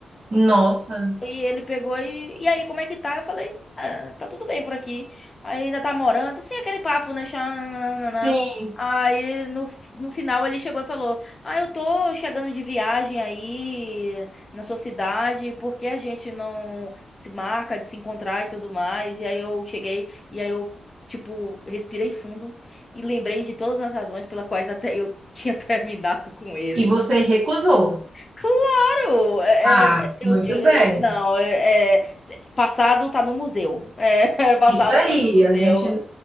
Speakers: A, on the right; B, on the left.
A: Nossa,
B: E ele pegou e, e aí, como é que tá? Eu falei, ah, tá tudo bem por aqui. Aí ainda tá morando, assim, aquele papo, né? Xananana.
A: sim.
B: Aí no, no final ele chegou e falou: Ah, eu tô chegando de viagem aí na sua cidade, por que a gente não se marca de se encontrar e tudo mais? E aí eu cheguei, e aí eu, tipo, respirei fundo e lembrei de todas as razões pelas quais até eu tinha <laughs> terminado com ele.
A: E você recusou.
B: Claro, é,
A: Ah,
B: é, eu,
A: muito
B: eu-
A: bem.
B: não, é, é, passado tá no museu. É, <laughs> passado
A: Isso aí,
B: tá no museu.
A: a gente,